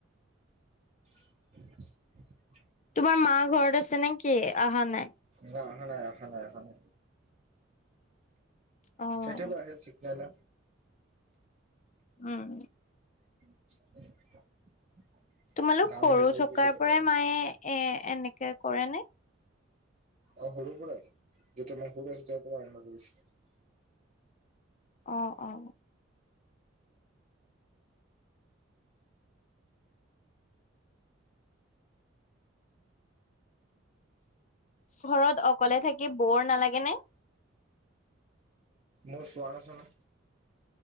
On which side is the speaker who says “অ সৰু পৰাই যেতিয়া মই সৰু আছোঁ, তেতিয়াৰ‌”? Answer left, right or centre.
Right